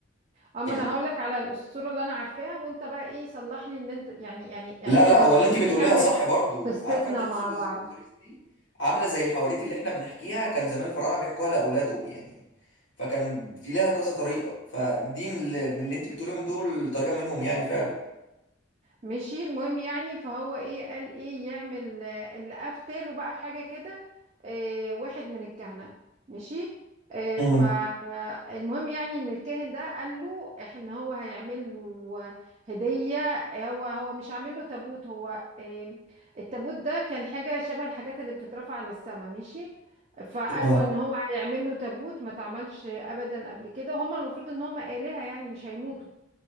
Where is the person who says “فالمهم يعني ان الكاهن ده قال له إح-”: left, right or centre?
Right